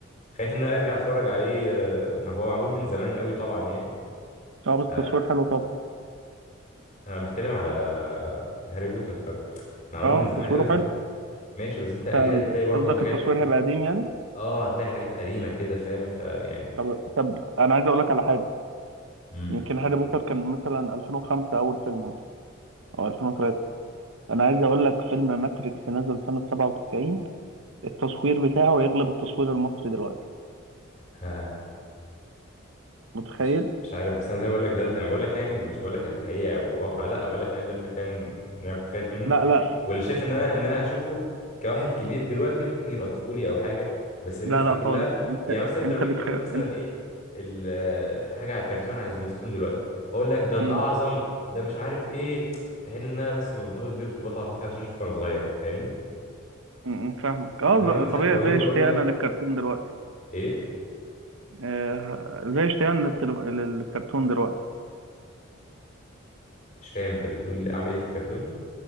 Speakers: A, on the left; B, on the right.
A: خايف ان انا ارجع اتفرج عليه آه، ما هو معمول من زمان قوي طبعا يعني
B: اه
A: فانا
B: بس التصوير حلو طبعا
A: بتكلم على هاري بوتر فمعمول
B: اه
A: من زمان
B: تصويره
A: قوي
B: حلو
A: فماشي بس انت اكيد
B: انت
A: هتلاقي برضو
B: قصدك
A: حاجات
B: التصوير هيبقى قديم يعني
A: اه هتلاقي حاجات قديمة كده فاهم فيعني
B: طب طب انا عايز اقول لك على حاجة
A: مم.
B: يمكن هاري بوتر كان مثلا 2005 اول فيلم مثلا او 2003 انا عايز اقول لك فيلم ماتريكس نزل سنة 97 التصوير بتاعه يغلب التصوير المصري دلوقتي
A: <laughs>
B: متخيل
A: مش مش عارف بس انا زي ما بقول لك ده انا بقول لك يعني اللي مش بقول لك الحقيقه والواقع لا بقول لك يعني ده اللي كان ان انا كنت خايف منه
B: لا لا
A: واللي شايف ان انا ان انا هشوفه كواحد كبير دلوقتي ممكن يبقى طفولي او حاجه بس الناس
B: لا
A: دي
B: لا
A: كلها
B: خالص انت
A: يعني مثلا انت
B: انت
A: لو جيت
B: بتخ
A: تقول لي
B: انت
A: مثلا ايه ال- حاجه على كرتون على سبيستون دلوقتي هقول لك ده الاعظم
B: مم.
A: ده مش عارف ايه في حين ان انا بس مرتبط بيه ارتباط عاطفي عشان شفته وانا صغير انت فاهمني
B: مم. فاهمك اه
A: انما مثلا
B: ز- طبيعي
A: لو
B: زي
A: جيت
B: اشتياقنا
A: اقول لك
B: للكرتون دلوقتي
A: ايه
B: آه زي اشتياقنا للتلو... للكرتون دلوقتي
A: مش فاهم انت بتقول اعمل ايه في الكرتون